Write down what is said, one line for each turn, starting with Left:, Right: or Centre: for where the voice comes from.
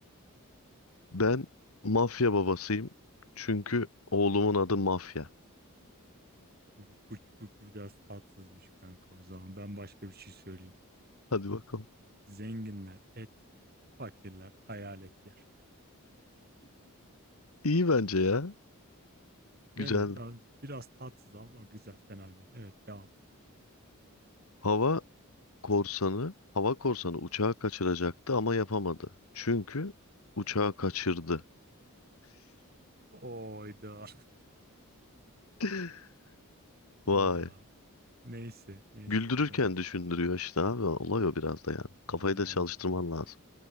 Left: Ben mafya babasıyım. Çünkü oğlumun adı mafya.
Right: Bu, bu, bu, bu biraz tatsızmış kanka o zaman ben başka bir şey söyleyeyim.
Left: Hadi bakalım.
Right: Zenginler et, fakirler hayalet yer.
Left: İyi bence ya. Güzel.
Right: Değil mi? Ya Biraz tatsız ama güzel fena değil. Evet devam.
Left: Hava korsanı, hava korsanı uçağı kaçıracaktı ama yapamadı. Çünkü uçağı kaçırdı.
Right: Oyda.
Left: <laughs>
Right: <laughs> Aa,
Left: Vay.
Right: neyse neyse
Left: Güldürürken
Right: o zaman
Left: düşündürüyor işte abi. Olay o biraz da yani. Kafayı
Right: tamamdır.
Left: da çalıştırman lazım.